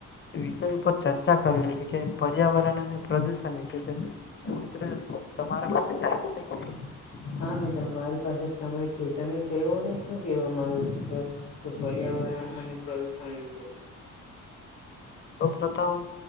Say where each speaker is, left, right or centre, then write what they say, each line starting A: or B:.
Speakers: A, on the left; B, on the left.
A: વિષય ઉપર ચર્ચા કરવી હતી કે પર્યાવરણ અને પ્રદુષણ વિશે શું મિત્ર તમારા પાસે ટાઈમ છે કે
B: <inaudible> હા મિત્ર મારી પાસે સમય છે તમે કેયો ને શું કેવા માંગો છો? જો પર્યાવરણ અને પ્રદુષણ વિશે
A: સૌપ્રથમ